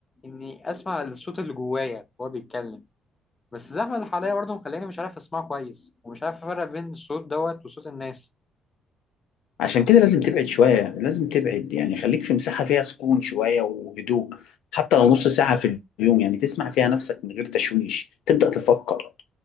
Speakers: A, on the left; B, on the left.
A: اني اسمع الصوت اللي جوايا وهو بيتكلم بس الزحمه اللي حواليا برضه مخليني مش عارف اسمعه كويس ومش عارف افرق بين الصوت دوت وصوت الناس
B: عشان كده لازم تبعد شوية لازم تبعد يعني خليك في مساحة فيها سكون شوية وهدوء حتى لو نص ساعة في اليوم يعني تسمع فيها نفسك من غير تشويش تبدأ تفكر